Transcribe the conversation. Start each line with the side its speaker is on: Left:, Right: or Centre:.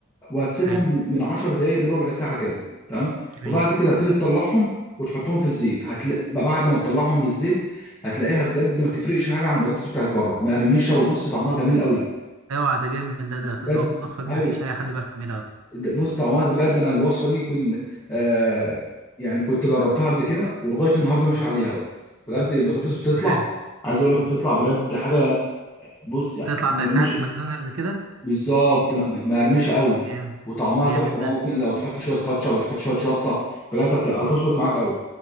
Left: وهتسيبهم
Right: حلو
Left: من 10 دقايق لربع ساعه كده تمام
Right: جميل
Left: وبعد كده هتيجي تطلعهم وتحطهم في الزيت هتلاقي بعد ما تطلعهم من الزيت هتلاقيها بجد ما تفرقش حاجه عن البطاطس بتاعت بره مقرمشه وبص طعمها جميل قوي
Right: اوعى ده جامد ده ده أصل
Left: بجد
Right: الوصفه دي
Left: أيوة،
Right: ما فيش اي حد بيعرف يعملها اصلا
Left: ده- بص طعمها بجد انا الوصفه دي كنت آه يعني كنت جربتها قبل كده ولغايه النهارده ماشي عليها بقى بجد البطاطس بتطلع
Right: حلو
Left: عايز اقول لك بتطلع بجد حاجه بص يعني
Right: تطلع
Left: ما
Right: زي
Left: يرميش
Right: بتاعت ماكدونالدز كده
Left: بالظبط ما ما يرميش قوي
Right: جامد
Left: وطعمها
Right: جامد
Left: تحفه بقى
Right: ده
Left: ممكن لو تحط شويه كاتشب تحط شويه شطه بجد هت- هتظبط معاك قوي